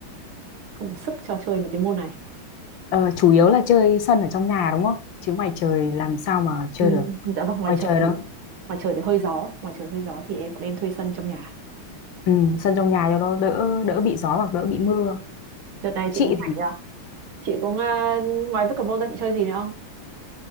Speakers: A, on the right; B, on the left.
A: <laughs> không có sức cho chơi với cái môn này
B: ờ, chủ yếu là chơi sân ở trong nhà đúng không chứ ngoài trời làm sao mà chơi
A: ừ,
B: được
A: dạ vâng ngoài
B: ngoài
A: trời
B: trời đâu
A: ngoài trời thì hơi gió ngoài trời hơi gió thì em bọn em thuê sân trong nhà
B: Ừ, sân trong nhà cho nó đỡ đỡ bị gió hoặc đỡ bị mưa.
A: đợt này
B: Chị
A: chị cũng rảnh
B: thì
A: nhờ chị cũng à, ngoài pickleball ra chị chơi gì nữa không